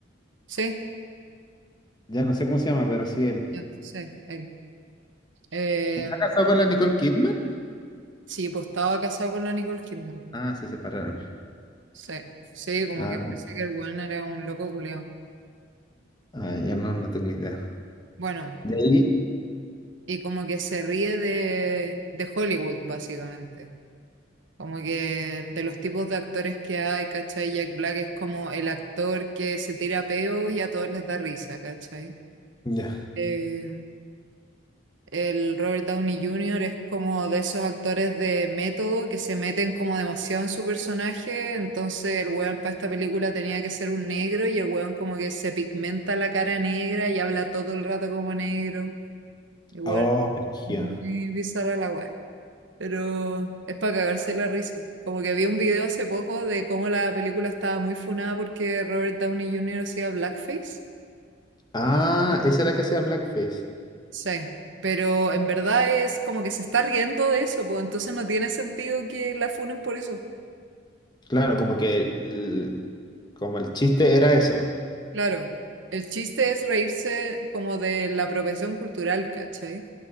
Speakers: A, on the right; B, on the left.
A: Sí,
B: Ya no sé cómo se llama, pero sí él.
A: ya, sí, él. Eh,
B: ¿Está casado con la Nicole Kidman?
A: sí, pues estaba casado con la Nicole Kidman.
B: Ah, se separaron.
A: Sí, sí, como
B: Ah,
A: que parece
B: no.
A: que el weón era un loco culeado.
B: Ah, ya no, no tengo idea.
A: Bueno,
B: ¿De ahí?
A: y como que se ríe de, de Hollywood, básicamente. Como que de los tipos de actores que hay, ¿cachai? Jack Black es como el actor que se tira peos y a todos les da risa, ¿cachai?
B: Ya.
A: Eh, El Robert Downey Jr. es como de esos actores de método que se meten como demasiado en su personaje. Entonces el weón para esta película tenía que ser un negro y el weón como que se pigmenta la cara negra y habla todo el rato como negro. Igual,
B: Oh, brígido.
A: muy bizarra la weá. Pero es para cagarse la risa. Como que vi un video hace poco de cómo la película estaba muy funada porque Robert Downey Jr. hacía blackface.
B: Ah, esa es la que hacía Blackface.
A: Sí, pero en verdad es como que se está riendo de eso, pues entonces no tiene sentido que la funen por eso.
B: Claro, como que el, como el chiste era eso.
A: Claro, el chiste es reírse como de la apropiación cultural, ¿cachai?